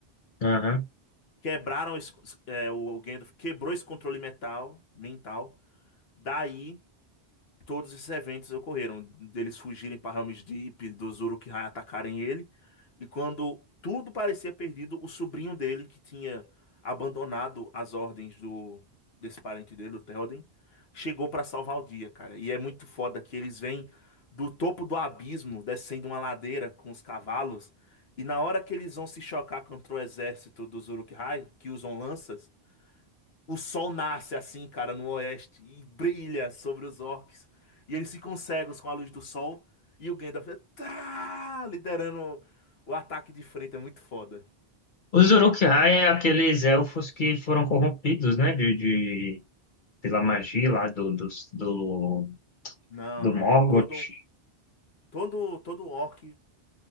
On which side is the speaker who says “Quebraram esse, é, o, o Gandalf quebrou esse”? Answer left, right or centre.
Left